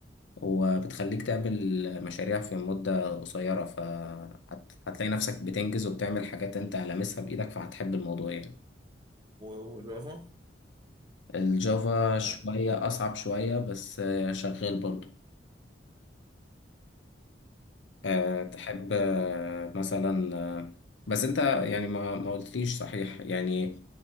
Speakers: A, on the left (about 75°); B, on the right (about 25°).
A: وبتخليك تعمل مشاريع في مدة قصيرة فهتلاقي نفسك بتنجز وبتعمل حاجات أنت لامسها بإيدك فهتحب الموضوع يعني
B: و- وجافا
A: الجافا شوية
B: ما
A: أصعب شوية بس آه، شغال برضو أه تحب آه، مثلا آه، بس أنت يعني ما ما قلتليش صحيح يعني